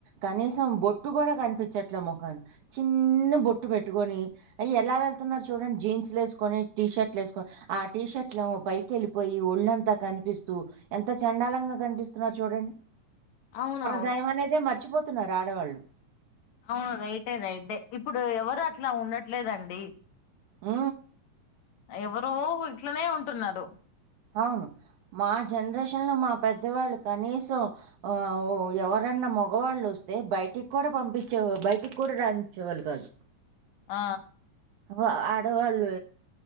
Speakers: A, on the right (about 70°); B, on the left (about 60°).
A: కనీసం బొట్టు కూడా కనిపించట్లే ముఖాన, చిన్న బొట్టు పెట్టుకొని అయ్ ఎలా వెళ్తున్నారు చూడండి, జీన్స్లు వేసుకొని టీ షర్ట్లు వేసుకొని ఆ టీ షర్ట్లు పైకి వెళ్ళిపోయి ఒళ్ళంతా కనిపిస్తూ ఎంత చండాలంగా కనిపిస్తున్నారు చూడండి.
B: అవునా
A: దైమనదే మర‌్చిపో త్తున్నారు ఆడవాళ్ళు
B: అవును రైటే రైటే అంటే ఇప్పుడు ఎవరు అట్లా ఉండట్లేదం డి
A: మ్
B: ఎవరో ఇట్లనే ఉంటున్నారు
A: అవును మా జనరేషన్లో మా పెద్దవాళ్ళు కనీసం, ఆఆ‌ ఊ ఇంకా ఎవరన్నా మగవాళ్ళు వస్తే బయటికి కూడా పంపించే బయటికి కూడా రాణించేవాళ్ళు కాదు.
B: ఆ
A: ఆ ఆడవాళ్ళు